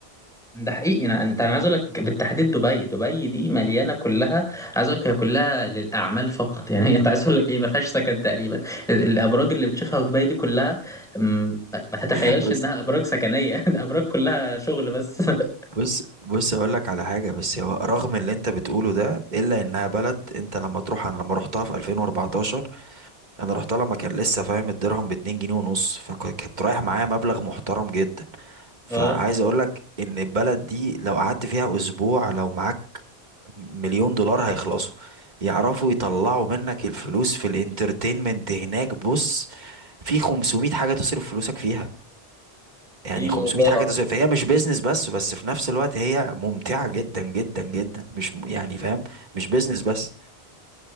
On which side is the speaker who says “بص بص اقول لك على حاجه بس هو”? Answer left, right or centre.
Right